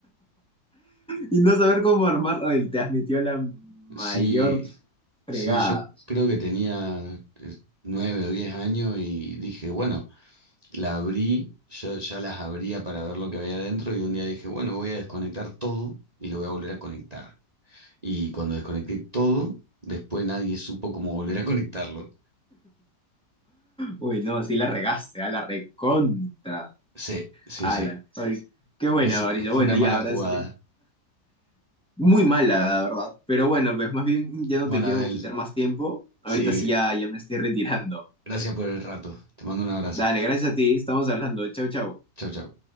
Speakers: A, in the centre; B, on the right.
A: Y no saber cómo armarlo, él te has metido la mayor
B: Sí,
A: fregada.
B: Sí, yo creo que tenía eh, nueve o diez años y dije, bueno, la abrí, yo ya las abría para ver lo que había adentro y un día dije, bueno, voy a desconectar todo y lo voy a volver a conectar. Y cuando desconecté todo, después nadie supo cómo volver a <laughs> conectarlo.
A: Uy, no, sí la regaste, a la recontra.
B: Sí, sí,
A: Ala.
B: sí.
A: Ay, qué buena,
B: Es,
A: Mauricio.
B: fue
A: Bueno,
B: una mala
A: ya, ahora
B: jugada.
A: sí, ya- muy mala, la verdad. Pero bueno, pues más bien ya no
B: Bueno,
A: te quiero
B: Adel,
A: quitar más tiempo. Ahorita
B: sí,
A: sí ya, ya me estoy retirando.
B: gracias por el rato. Te mando un abrazo.
A: Dale, gracias a ti, estamos hablando. Chau, chau.
B: Chau, chau.